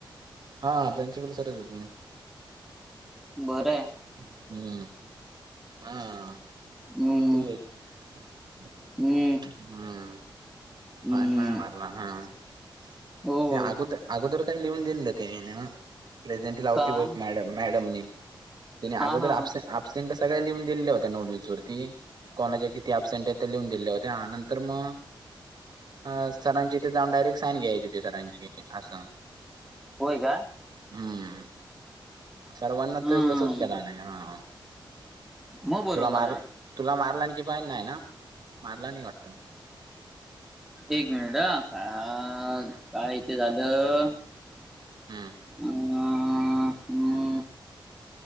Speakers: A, on the right (about 55°); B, in the centre.
A: हां प्रिंसिपल सरच होते.
B: बर ये.
A: हम्म, हं.
B: हम्म
A: ते, <inaudible>
B: हम्म
A: हम्म.
B: हम्म
A: फाइन नाय मारला ना. ते
B: होय
A: अगोदर अगोदर काही लिहून दिललं ते ना, प्रेसेंटी लावती
B: काय
A: वत मॅडम-मॅडम ने. तिने अगोदर
B: हा हा
A: आप- अबसेंट तर सगळ्या लिहून दिलेल्या होत्या नवनीत वरती कोणाचे किती अबसेंट हेत, ते लिहून दिलेल्या होत्या नंतर मग अं सरांची तिथे जाऊन डायरेक्ट साईन घ्यायची होती सरांची असं.
B: होय का?
A: हम्म, सर्वांना
B: हम्म
A: ते तसच कराने, हा.
B: मग बरोबर
A: तुला मार-
B: आहे
A: तुला मारला कि फाईन नाही ना, मारला नई वाटत.
B: एक मिनिट अं, हः काय इथे झालं. अं
A: हम्म
B: <unintelligible>